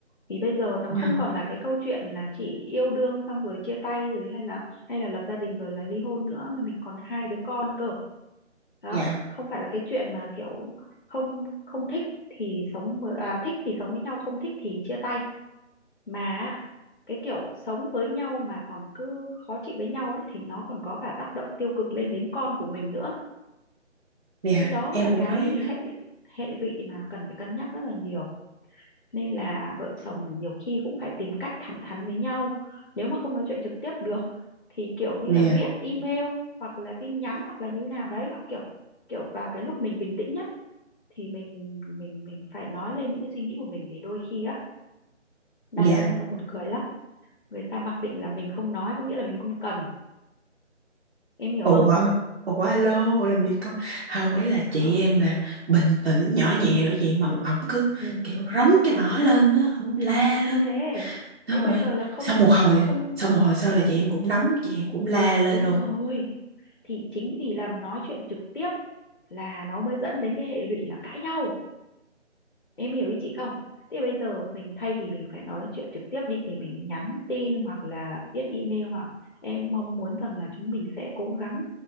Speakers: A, on the left; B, on the right.
A: vì bây giờ nó
B: dạ
A: không còn là cái câu chuyện là chỉ yêu đương xong rồi chia tay rồi hay là hay là lập gia đình rồi là ly hôn nữa mà mình còn hai đứa con cơ đó
B: dạ
A: không phải là cái chuyện mà kiểu không không thích thì sống với à, thích thì sống với nhau không thích thì chia tay mà cái kiểu sống với nhau mà còn cứ khó chịu với nhau ấy thì nó còn có cả tác động tiêu cực lên đến con của mình nữa
B: dạ
A: cái đó
B: em
A: mới là
B: cũng
A: cái
B: nói vậy đó
A: hệ hệ lụy mà cần phải cân nhắc rất là nhiều nên là vợ chồng nhiều khi cũng phải tìm cách thẳng thắn với nhau nếu mà không nói chuyện trực tiếp được thì kiểu như
B: dạ
A: là viết email hoặc là tin nhắn hoặc là như nào đấy hoặc kiểu kiểu vào cái lúc mình bình tĩnh nhất thì mình mình mình phải nói lên những cái suy nghĩ của mình vì đôi khi á đàn
B: dạ
A: ông người ta buồn cười lắm người ta mặc định là mình không nói có nghĩa là mình không cần em hiểu
B: ủa
A: không
B: ủa alo làm gì có không ý là chị
A: không
B: em là bình tĩnh nhỏ nhẹ rồi chị mà ổng cứ
A: ừ.
B: kiểu rống cái mỏ lên á ổng la lên
A: thì thế
B: xong
A: thế
B: rồi
A: bây giờ là không
B: sau một hồi
A: không
B: sau một hồi sau là chị em cũng nóng chị em cũng la lên
A: đúng
B: luôn
A: rồi thì chính vì là nói chuyện trực tiếp là nó mới dẫn đến cái hệ lụy là cãi nhau Em hiểu ý chị không? Thế bây giờ mình thay vì mình phải nói chuyện trực tiếp đi thì mình nhắn tin hoặc là viết email bảo em mong muốn rằng là chúng mình sẽ cố gắng